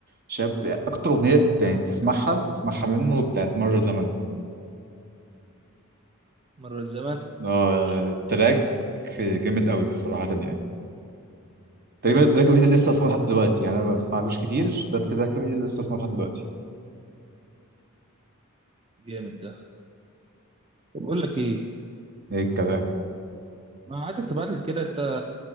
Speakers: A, on the right; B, on the right.
A: شهاب اكتر اغنيه يعني تسمعها تسمعها منه بتاعت مر زمن
B: مره زمان
A: اه
B: مش فاكر
A: التراك جامد قوي صراحه يعني تقريبا التراك الوحيد اللي لسه بسمعه لحد دلوقتي يعني انا ما بسمعلوش كتير ده التراك الوحيد اللي لسه بسمعه لحد دلوقتي
B: جامد ده طب اقول لك ايه
A: ايه الكلام
B: انا عايزك تبعت لي كده انت